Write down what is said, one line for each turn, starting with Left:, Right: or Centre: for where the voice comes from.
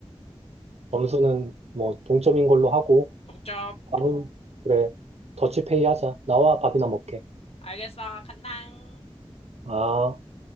Right: 점수는 뭐 동점인 걸로 하고,
Left: 독점.
Right: 밥은, 그래, 더치페이 하자. 나와 밥이나 먹게.
Left: 알겠어. 간당.
Right: 아.